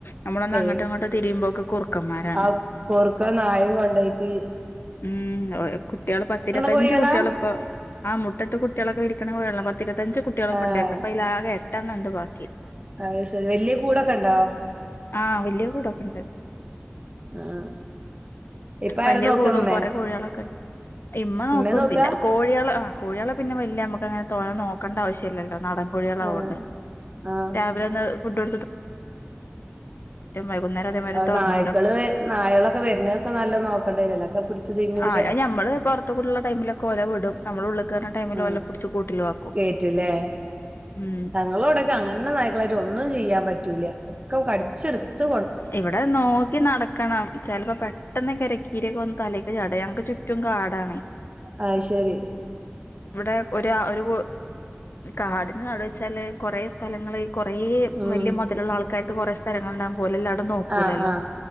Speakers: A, on the left; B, on the right.
A: നമ്മളന്ന് അങ്ങോട്ടുയിങ്ങോട്ടോ
B: ഏയ്
A: തിരിയുമ്പോക്കെ. കുറുക്കന്മാരാണ്
B: ആ കുറുക്കം നായും കൊണ്ടായിറ്റ്.
A: ഉം അവെടെ കുട്ടികള് പത്തിരുപത്തഞ്ച്
B: കോഴികളാ
A: കുട്ടികളിപ്പൊ. ആ മുട്ടട്ട് കുട്ടികളൊക്കെ വിരിക്കണപ്പോലള്ള പത്തിരുപത്തഞ്ച് കുട്ടികളൊക്കെണ്ടായിരുന്നു.
B: ആഹ്
A: ഇപ്പയിതില്ലാകെ എട്ടണ്ണണ്ട് ബാക്കി.
B: അത് ശെരി വല്യ കൂടൊക്കെണ്ടോ?
A: ആ വലിയ കൂടൊക്കെ ഉണ്ട്
B: ആഹ് ഇപ്പ
A: വല്യ
B: ആരാ നോക്കാ
A: കൂടും
B: ഉമ്മേ
A: കൊറെ കോഴികളൊക്കെണ്ട്. ഇമ്മ നോക്കും.
B: ഉമ്മേ നോക്കാ
A: പിന്നെ കോഴികള് ആ. കോഴികളെ പിന്നെ വല്യ നമ്മുക്കങ്ങനെ തൊഴ നോക്കേണ്ടാവശ്യല്ലോ നടൻ. കോഴികളാവോണ്ട്.
B: ആഹ് ആഹ്
A: രാവിലൊന്ന് ഫുഡ് വൈകുന്നേരം അതേമാതിരി
B: അത്
A: തുറന്നു
B: നായ്ക്കള്
A: വിടും
B: നായകളെക്കെ വരുന്നോ പ്പ നല്ല നോക്കണ്ടരെല്ല. ക്കെ പിടിച്ചു തിന്നൂലേ.
A: ആഹ് അത് ഞമ്മള് പൊറത്ത് കൂടിള്ള ടൈമിലൊക്കെ ഓലെ വിടും നമ്മള് ഉള്ള് കേറ്ണ ടൈമില്
B: ആ
A: ഓലെ പിടിച്ച് കൂട്ടിലാക്കും
B: കേറ്റീലേ.
A: ഉം
B: തങ്ങളോടെക്കെ അങ്ങനെ നായ്ക്കളായിട്ട് ഒന്നും ചെയ്യാൻ പറ്റൂല. ഒക്കെ കടിച്ചെടുത്തു.
A: ഇവടെ നോക്കി നടക്കണം. ചെലപ്പോ പെട്ടെന്ന് കെര കീരിക്കെന്ന് തലേക്ക് ചാടും ഞക്ക് ചു റ്റും കാടാണേ
B: ആഹ് ശെരി
A: ഇവെടെ ഒരേ ഒരു കാടിന് നടുവെച്ചാല് കൊറെ സ് ഥലങ്ങിൽ കൊറെ
B: ഉം
A: വെല്യ മൊതലൊള്ള ആൾക്കാർക്ക് കൊറെ സ്ഥലങ്ങളുണ്ടാകും. ലെ എല്ലടവും നോക്കൂലല്ലോ.
B: ആഹ് ആഹ്